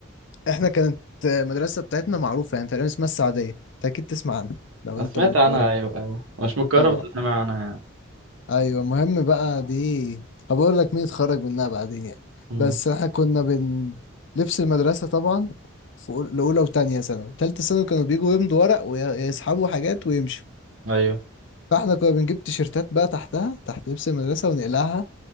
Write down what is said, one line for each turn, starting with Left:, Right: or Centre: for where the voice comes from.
Left: احنا كانت المدرسة بتاعتنا معروفة يعني تقريبا اسمها السعدية انت اكيد تسمع عنها لو
Right: انا
Left: انت
Right: سمعت
Left: من القاهرة
Right: عنها ايوه ايوه مش من القاهره
Left: طبعا
Right: بس سامع
Left: آه.
Right: عنها يعني.
Left: ايوه المهم بقى دي هبقول لك مين اتخرج منها بعدين يعني
Right: مم.
Left: بس احنا كنا بن لبس المدرسة طبعا في أول- لأولى وتانية ثانوي تالتة ثانوي كانوا بيجوا يمضوا ورق ويسحبوا حاجات ويمشوا
Right: ايوه
Left: فاحنا كنا بنجيب تيشيرتات بقى تحتها تحت لبس المدرسة ونقلعها